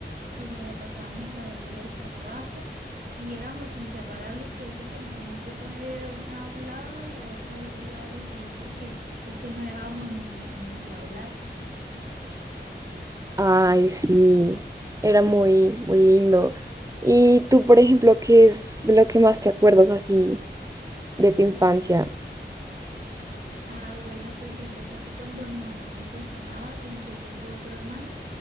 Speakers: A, on the right; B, on the right.
A: que nos la pasábamos para arriba y para abajo y éramos inseparables, que eso que nos tenía que poner una a un lado y la otra al otro lado del salón porque es que no dejábamos ni, ni de hablar.
B: Ay, sí, era muy, muy lindo. Y tú, por ejemplo, ¿qué es de lo que más te acuerdas así de tu infancia?
A: Ah, bueno, pues recuerdo así cuando mi mamá me cocinaba y yo tengo otro hermano